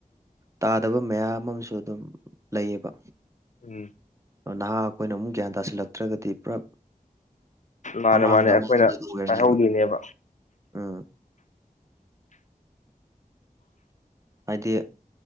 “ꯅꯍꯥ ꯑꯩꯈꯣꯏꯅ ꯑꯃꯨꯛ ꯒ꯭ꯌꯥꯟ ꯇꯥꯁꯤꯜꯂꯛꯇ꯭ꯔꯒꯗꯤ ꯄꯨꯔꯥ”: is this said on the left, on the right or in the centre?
Right